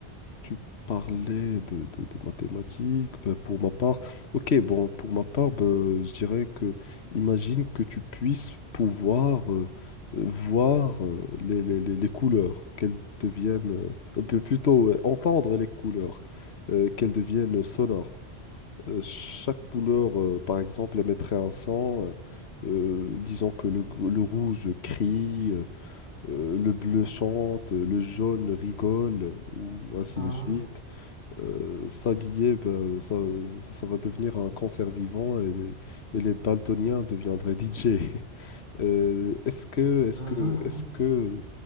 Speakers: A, on the left (about 70°); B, on the right (about 45°).
A: tu parlais de, de- de mathématiques. Ben, pour ma part, ok, bon, pour ma part, ben, je dirais que, imagine que tu puisses pouvoir euh, euh, voir euh, les, les- les- les couleurs, qu'elles deviennent, euh, ou bien plutôt euh, entendre les couleurs, euh, qu'elles deviennent sonores. Euh, chaque couleur, euh, par exemple, émettrait un son. euh, euh, disons que le, g- le rouge crie, euh, euh, le bleu chante, euh, le jaune rigole, euh, ou ainsi
B: Mhm,
A: de suite euh, s'habiller, ben, ça, ça va devenir un cancer vivant et les, et les daltoniens deviendraient DJ. <laughs> Euh, est-ce que, est-ce
B: mhm,
A: que,
B: mhm.
A: est-ce que